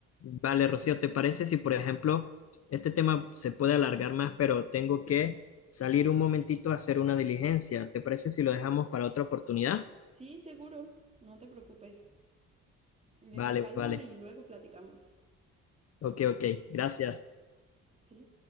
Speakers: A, on the left; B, on the right.
A: Vale, Rocío, ¿te parece si, por ejemplo, este tema se puede alargar más, pero tengo que salir un momentito a hacer una diligencia? ¿Te parece si lo dejamos para otra oportunidad?
B: Sí, seguro. No te preocupes. Ve
A: Vale,
B: con calma
A: vale.
B: y luego platicamos.
A: Ok, ok. Gracias.
B: ¿Sí?